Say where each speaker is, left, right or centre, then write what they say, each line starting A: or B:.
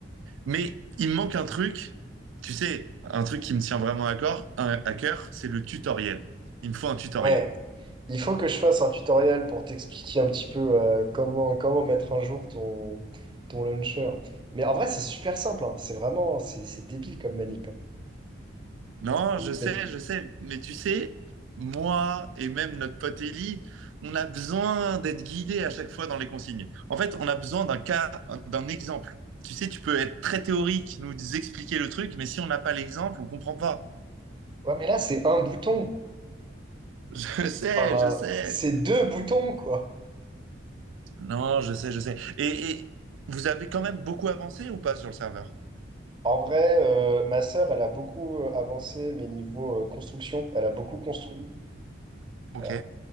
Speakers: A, on the right; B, on the right.
A: Mais il me manque un truc, tu sais, un truc qui me tient vraiment à, cœur, à- à cœur, c'est le tutoriel. Il me faut un tutoriel.
B: Ouais. Il faut que je fasse un tutoriel pour t'expliquer un petit peu euh, comment, comment mettre un jour ton, ton launcher. Mais en vrai, c'est super simple. hein. C'est vraiment, c'est c'est débile comme manip.
A: Non,
B: Et
A: je sais,
B: t'as-
A: je sais, mais tu sais, moi et même notre pote Ellie, on a besoin d'être guidé à chaque fois dans les consignes. En fait, on a besoin d'un cas, d'un exemple. Tu sais, tu peux être très théorique, nous expliquer le truc, mais si on n'a pas l'exemple, on comprend pas.
B: Ouais, mais là, c'est un bouton.
A: <laughs> Je sais,
B: Enfin,
A: je sais.
B: c'est deux boutons, quoi.
A: Non, je sais, je sais. Et, et vous avez quand même beaucoup avancé ou pas sur le serveur?
B: En vrai, euh, ma sœur, elle a beaucoup euh, avancé, mais niveau euh, construction, elle a beaucoup construit.
A: Ok.
B: Euh,